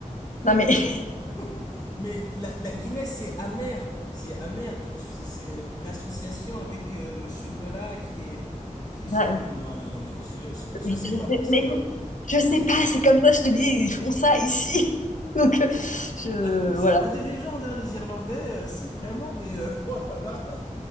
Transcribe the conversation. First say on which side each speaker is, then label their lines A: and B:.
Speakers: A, on the left; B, on the left.
A: Ah
B: Non mais,
A: non.
B: <laughs>
A: <laughs> Mais la, la Guinness, c'est amer. C'est amer. de- C'est c'est l'association avec euh, le chocolat qui est, qui est
B: bah,
A: suc- Ah non, non, non, je, je, je- je
B: je
A: sais
B: je
A: pas
B: sais,
A: pour ça.
B: mais écoute,
A: hein.
B: je sais
A: Je-
B: pas, c'est comme ça, je te dis, ils font ça ici. <laughs> Donc, euh, je,
A: Ah non, mais c'est
B: voilà.
A: pas des légendes, hein, les Irlandais. euh, c'est vraiment des... euh, <laughs> oh là là.